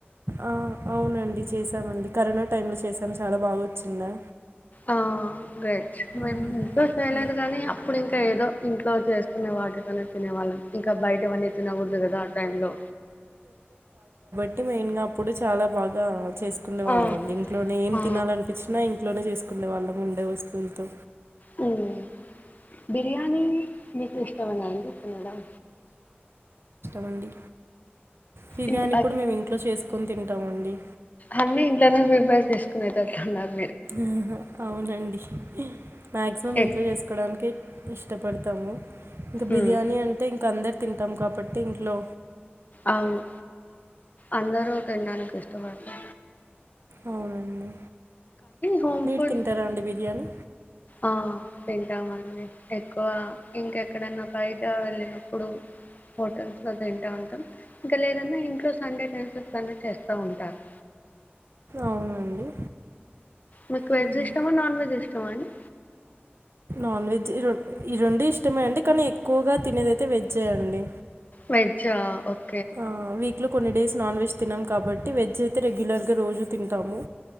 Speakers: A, on the right (about 75°); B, on the left (about 40°).
A: ఆ అవునండి చేసి స్తామండి కరోనా టైమ్ంలో చేసాము చాలా బాగోచ్చిందా
B: ఆ గై
A: ఉమ్.
B: మేం ఇంకో సెలర్ కానీ అప్పుడు ఇంకా ఏదో ఇంట్లో చేసుకునే వాటితోనే తినేవాళ్ళం ఇంకా బయటవన్నీ తినకూడదు కదా ఆ టైమ్ లో
A: ట్టి మైన్గ ఇప్పుడు చాలా బాగా చేసుకుండే వాళ్ళం
B: ఆ
A: అండి ఇంట్లోనే ఏం
B: ఆ
A: తినాలనిపించినా ఇం ఇంట్లోనే చేసుకుండే వాళ్ళం ఉండే వస్తువులతో
B: హ్మ్ బిర్యానీ నీ మీకు ఇష్టమనా అండి తినడం
A: మండి బిర్యానీ
B: ఇన్
A: కూడా మేము ఇంట్లో చేసుకొని తిం టమండీ
B: అన్ని ఇంట్లోనే ప్రిపర్ చేసుకునేటట్లు ఉన్నారు
A: ఆహా అవునండి మాక్సిమం
B: ఎక్
A: ఇంట్లో చేసుకోవడానికి ఇష్టపడతాము ఇంకా బిర్యానీ
B: ఉమ్
A: అంటే ఇంక అందరు తింటాం కాబట్టి ఇంట్లొ
B: అవును అందరూ తిన్డానిక ష్టమండి
A: అవునండి
B: హోమ్
A: మీరు
B: ఫుడ్
A: తింటరా అండి బిర్యాని
B: ఆ తింటామండి ఎక్కువ ఇంక ఎక్కడన్న బయట వెళ్ళినప్పుడు హోటల్స్ లొ తింటా ఉంటం ఇంక లేదన్న ఇంట్లొ సండె టైమ్స్ లొ కర్రీ చేస్తా ఉంటారు
A: అవునండి
B: మీకు
A: ఉమ్.
B: వెజ్ ఇష్టమా నాన్ వెజ్ ఇష్టమా అండి
A: నాన్ వెజ్ ఈ రెండ్ ఈ రెండు ఇష్టమే అండి కానీ ఎక్కువగా తినేదైతే వెజ్జే అండి
B: వెజ్జా ఆ ఓక్
A: ఆ వీక్ లొ కొన్ని డేస్ నాన్ వెజ్ తినం కాబట్టి వెజ్ అయ్తె రెగ్యులర్గ రోజు తింటాము